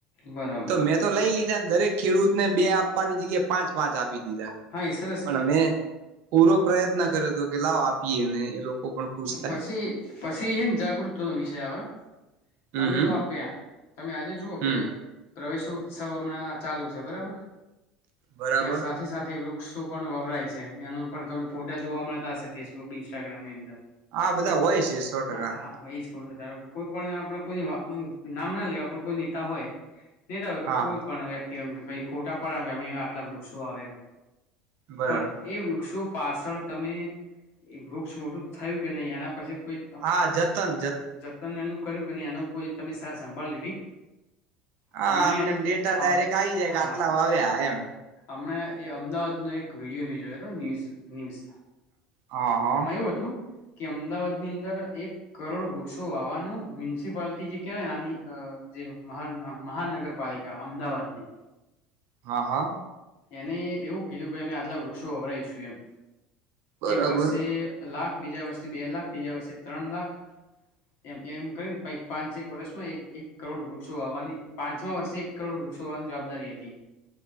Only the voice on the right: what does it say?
તો મેં તો લઈ લીધા દરેક ખેડૂતને બે આપવાની જગ્યાએ પાંચ પાંચ આપ દીધા
પણ
મે પૂરો પ્રયત્ન કર્યો હતો કે લાવ આપીએ ને એ લોકો પણ ખુશ થાય
હમ
હમ
હમ
બરાબર
આ બધા હોય છે સો ટકા.
હા
બરાબર
હા જતન
હા
અમનેમ ડેટા
ડાયરેક્ટ આવી જાય
કે આટલા વા આવ્યા એમ.
હા હા.
હા હા.
બરાબર